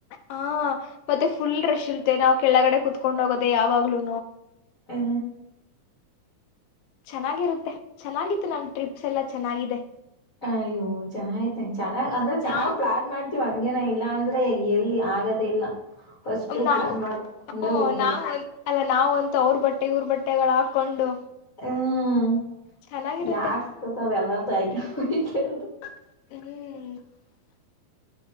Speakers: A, on the left; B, on the left.
A: ಹ ಮತ್ತೆ ಫುಲ್ ರಷ್ ಇರುತ್ತೆ ನಾವು ಕೆಳಗಡೆ ಕುತ್ಕೊಂಡು ಹೋಗೋದೇ ಯಾವಾಗಲೂ
B: ಹೂ
A: ಚೆನ್ನಾಗಿರುತ್ತೆ ಚೆನ್ನಾಗಿತ್ತು ನಮ್ ಟ್ರಿಪ್ಸಾ ಎಲ್ಲಾ ಚೆನ್ನಾಗಿದೆ
B: ಅಯ್ಯೋ, ಚೆನ್ನಾಗೈತೆ ಅಂದ್ರೆ ಚೆನ್ನಾಗಿ
A: ನಾವ್
B: ಪ್ಲಾನ್ ಮಾಡ್ತೀವಿ ಹಂಗೇನೆ ಇಲ್ಲಾಂದ್ರೆ ಎಲ್ಲಿ ಆಗೋದೇ ಇಲ್ಲ ಫಸ್ಟ್
A: ನಾವು
B: ಪ್ಲಾನ್ ಮಾಡ್ಕೊಂಡೆ
A: ಹ್ಮ
B: ಹೋಗ್ಬೇಕು
A: ನಾವ್ ನಾವಂತೂ ಅವರ ಬಟ್ಟೆ ಇವ್ರ್ ಬಟ್ಟೆಗಳ ಹಾಕೊಂಡು
B: ಹ್ಮ್
A: ಚೆನ್ನಾಗಿರುತ್ತೆ
B: ಯಾರ್ ಸಿಗುತ್ತೋ ಅವರ್ದೆಲ್ಲ ಆಯ್ಕ <unintelligible> ಎಲ್ಲದು
A: ಹ್ಮ್ಮ್.